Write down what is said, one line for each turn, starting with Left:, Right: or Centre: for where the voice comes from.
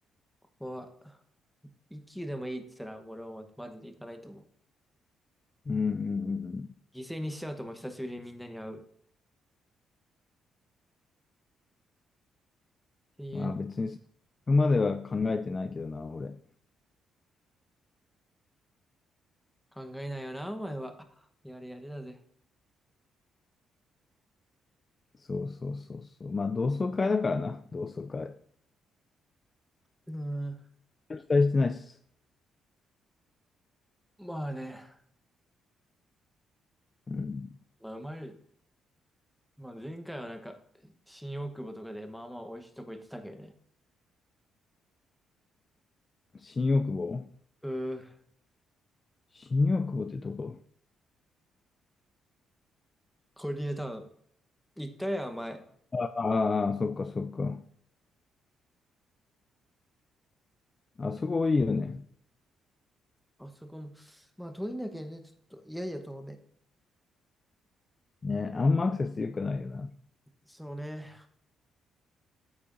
Centre: ここは、一級でもいいって言ったら、俺はもうマジで行かないと思う。
Left: うんうんうんうん。
Centre: 犠牲にしちゃうともう久しぶりにみんなに会う。っていうね、
Left: まあ別に、そこまでは考えてないけどな、俺。
Centre: 考えないよな、お前は。やれやれだぜ。
Left: そうそうそうそう。まあ同窓会だからな、同窓会。
Centre: うーん。
Left: 期待してないっす。
Centre: まあね。
Left: うん。
Centre: まあ、うまい。まあ前回はなんか、新大久保とかでまあまあ美味しいとこ行ってたけどね。
Left: 新大久保
Centre: うん、
Left: 新大久保ってとこ
Centre: コリアタウン。行ったやん、前。
Left: ああー、そっかそっか。あそこいいよね。
Centre: あそこも、まあ遠いんだけどね、ちょっと、いやいや遠め。
Left: ね、あんまアクセス良くないよな。
Centre: そうね。